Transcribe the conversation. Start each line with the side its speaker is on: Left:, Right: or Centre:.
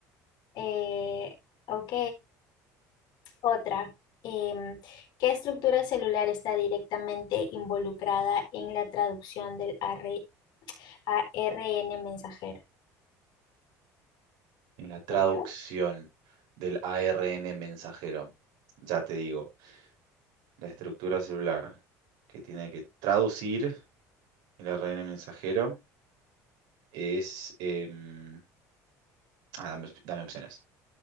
Left: Eh, ok, otra. Em, ¿qué estructura celular está directamente involucrada en la traducción del AR ARN mensajero?
Right: En la traducción
Left: ¿Te leo?
Right: del ARN mensajero, ya te digo, la estructura celular que tiene que traducir el ARN mensajero. Es. em, ah, dame, op- dame opciones.